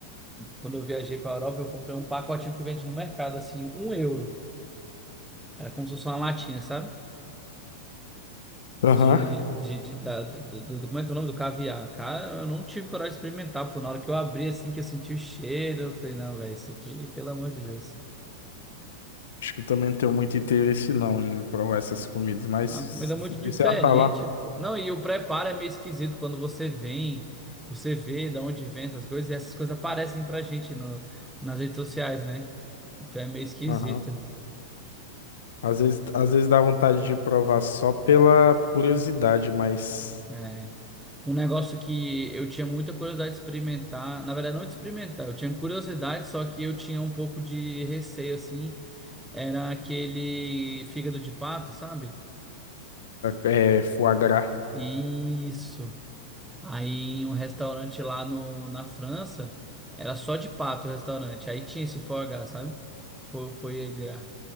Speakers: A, in the centre; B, on the left (about 85°).
A: Quando eu viajei pra Europa, eu comprei um pacotinho que vende no mercado, assim, um euro. Era como se fosse uma latinha, sabe?
B: Aham.
A: De, de, de- da, do, do- do- como é que é o nome do caviar? Cara, eu não tive coragem de experimentar, pô. Na hora que eu abri, assim, que eu senti o cheiro, eu falei, não, velho, isso aqui, pelo amor de Deus.
B: Acho que eu também não tenho muito interesse não em provar essas comidas, mas
A: A comida é muito
B: se você
A: diferente,
B: já tá lá.
A: pô. Não, e o preparo é meio esquisito quando você vem, você vê de onde vem essas coisas, e essas coisas aparecem pra gente no, nas redes sociais, né? Então é meio esquisito.
B: Aham. Às vezes, às vezes dá vontade de provar só pela curiosidade, mas
A: É. Um negócio que eu tinha muita curiosidade de experimentar, na verdade, não de experimentar, eu tinha curiosidade, só que eu tinha um pouco de receio, assim, era aquele fígado de pato, sabe?
B: é, foie gras.
A: Isso. Aí em um restaurante lá no, na França, era só de pato o restaurante. Aí tinha esse foie gras, sabe? Foi, foi aí gra-